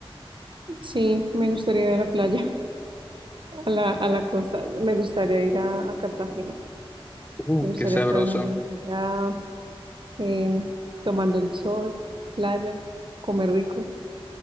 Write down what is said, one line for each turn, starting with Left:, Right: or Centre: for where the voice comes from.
Right: Sí, me gustaría ir a la playa, <laughs> a la, a la costa. Me gustaría ir a, a Cartagena.
Left: Uh,
Right: Me gustaría
Left: qué sabroso.
Right: estar unos días allá, em, tomando el sol, playa, comer rico.